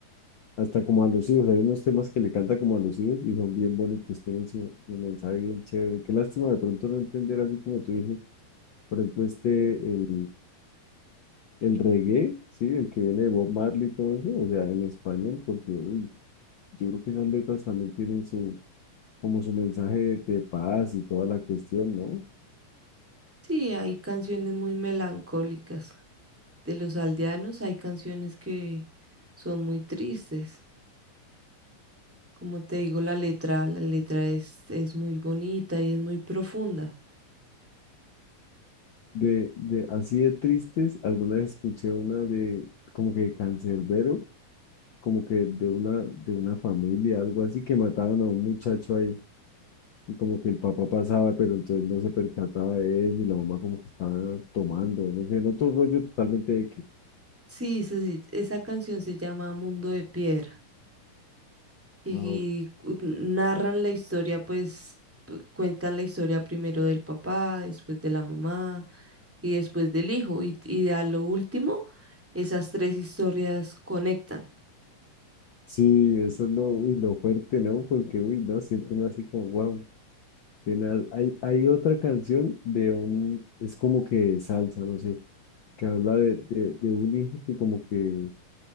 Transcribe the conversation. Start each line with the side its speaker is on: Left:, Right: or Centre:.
Left: hasta como a los hijos. Hay unos temas que le canta como a los hijos y son bien bonitos, tienen su, su mensaje bien chévere. Qué lástima de pronto no entender así como tú dices Por ejemplo, este, el, el reggae, ¿sí? El que viene de Bob Marley y todo eso, o sea, en español, porque, uy, yo creo que esas letras también tienen su, como su mensaje de paz y toda la cuestión, ¿no?
Centre: Sí, hay canciones muy melancólicas de los aldeanos, hay canciones que son muy tristes. Como te digo, la letra, la letra es, es muy bonita y es muy profunda.
Left: De, de, así de tristes, alguna vez escuché una de, como que cancerbero, como que de una, de una familia, algo así, que mataban a un muchacho ahí. Y como que el papá pasaba, pero entonces no se percataba de eso, y la mamá como que estaba tomando, no sé, en otro rollo totalmente X.
Centre: Sí, se- se- esa canción se llama Mundo de Piedra. y
Left: Ah, ok,
Centre: cu- narran la historia, pues pu- cuentan la historia primero del papá, después de la mamá y después del hijo y, y a lo último esas tres historias conectan.
Left: Sí, eso es lo, uy, lo fuerte, ¿no? Porque, uy, no, siento uno así como, wow, tenaz. Hay, hay otra canción de un, es como que salsa, no sé, que habla de, de, de un hijo que como que